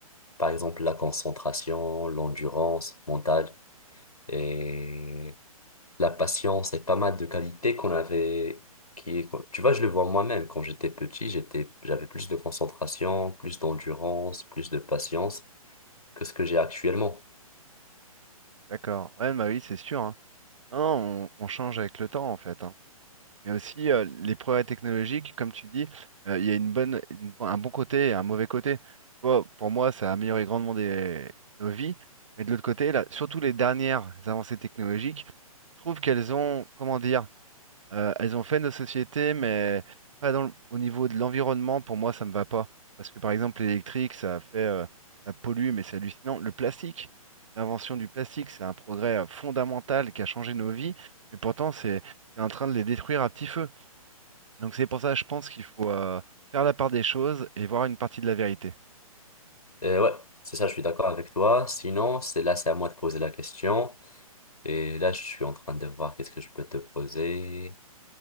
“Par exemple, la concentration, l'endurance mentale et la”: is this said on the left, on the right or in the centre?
Left